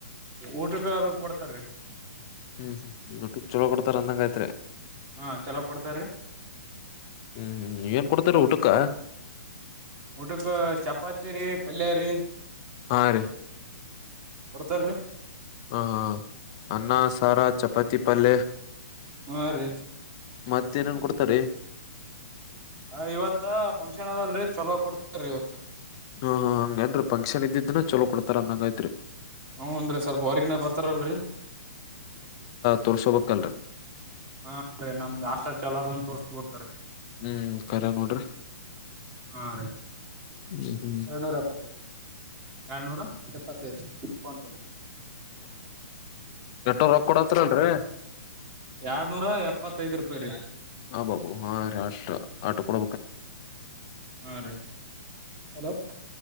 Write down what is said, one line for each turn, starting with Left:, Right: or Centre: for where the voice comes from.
Right: ಊಟಕ್ಕ ಅದು ಕೊಡ್ತಾರೀ
Left: ಹ್ಮ್ ಹ್ಮ್ ನಟಕ್ ಚಲೋ ಕೊಡ್ತಾರ ಅಂದಂಗಯತ್ರಿ
Right: ಹಾ ಚಲೋ ಕೊಡ್ತಾರೀ
Left: ಹ್ಮ್ ಹ್ಮ್ ಏನ್ ಕೊಡ್ತಾರ ಊಟಕ್ಕ
Right: ಊಟಕ್ ಚಪಾತಿ ರೀ ಪಲ್ಯ ರೀ
Left: ಹಾ ರ
Right: ಕೊಡ್ತಾರೀ
Left: ಹ ಹಾ ಅನ್ನ ಸಾರಾ ಚಪಾತಿ ಪಲ್ಲೆ
Right: ಹಾ ರೀ
Left: ಮತ್ತೇನನ್ ಕೊಡ್ತಾರೆ
Right: ಹ ಇವತ್ ಪಂಕ್ಷನ್ ಅದಲ್ರಿ ಚೊಲೋ ಕೊಡ್ತಾರರಿ ಇವತ್
Left: ಹಾ ಹಾ ಹಂಗೇನ್ ಫಂಕ್ಷನ್ ಇದಿದ್ನ ಚಲೋ ಕೊಡ್ತಾರ ಅಂದ ಹಂಗ ಐತ್ರಿ
Right: ಹ್ನ್ ಸ್ವಲ್ಪ ಹೊರ್ಗಿನ ಬರ್ತಾರಲ್ರರಿ
Left: ತುರ್ಶುಭಕ್ಕಂಡ <unintelligible>
Right: ಹ ಅಂದ್ರೆ ನಮ್ದುಾಷ್ಟ ಚಲೋದ ಅಂತ ತೋರಿಸಸ್ಬು
Left: ಹ್ಮ್ ಕರ ನೋಡ್ರಿ
Right: ಹಾ ರೀ
Left: ಹ್ಮ್ ಹ್ಮ್
Right: ಎರಡ್ನೂರ ಎಪ್ಪತ್ತು ಎಏಳ್ನೂರ ಎಪ್ಪತ್ತೈದು ಪೋಂಡ ಮ
Left: ಎಟ್ಟೋಪ ಕೊಡತ್ರರಿಲ್ರರಿ
Right: ಎರಡ್ನೂರ ಎಪ್ಪತ್ತೈದ್ ರೂಪಾಯಿ ರೀ
Left: ಹ ಬಾಬೂ ಹ ಆ ಆಟ ಕೂಡ
Right: ಹಾ ರೀ ಹಲೋ